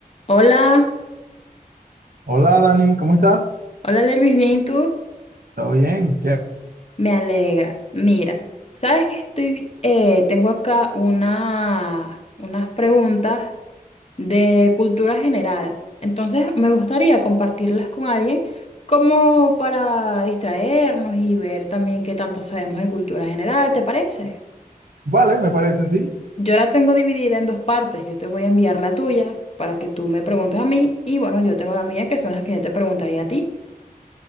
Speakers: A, on the left (about 45°); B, on the right (about 75°).
A: Hola,
B: Hola Dani, ¿cómo estás?
A: hola Lervis, ¿bien y tú?
B: ¿Todo bien? ¿Qué-
A: Me alegra. Mira, sabes que estoy, eh, tengo acá una, unas preguntas de cultura general. Entonces me gustaría compartirlas con alguien como para distraernos y ver también qué tanto sabemos de cultura general, ¿te parece?
B: Vale, me parece, sí.
A: Yo la tengo dividida en dos partes. Yo te voy a enviar la tuya para que tú me preguntes a mí y bueno, yo tengo la mía que son las que yo te preguntaría a ti.